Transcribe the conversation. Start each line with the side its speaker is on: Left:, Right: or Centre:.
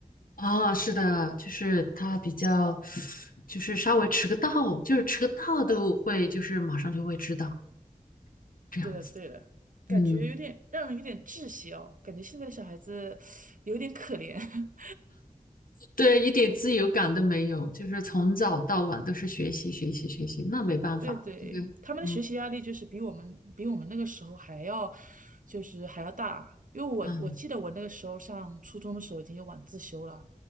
Left: 哦，是的，就是他比较，就是稍微迟个到，就是迟个到都会，就是马上就会知道这样子。
Right: 对的，对的，感觉有点让人有点窒息哦，
Left: 嗯，
Right: 感觉现在的小孩子有点可怜。<laughs>
Left: 对，一点自由感都没有，就是从早到晚都是学习，学习，学习，那没办法，
Right: 对对，
Left: 这个，
Right: 他们的学习压力就是比我们比我们那个时候还要，
Left: 嗯
Right: 就是还要大。因为我我记得我那个时候上初中的时候已经有晚自修了，
Left: 嗯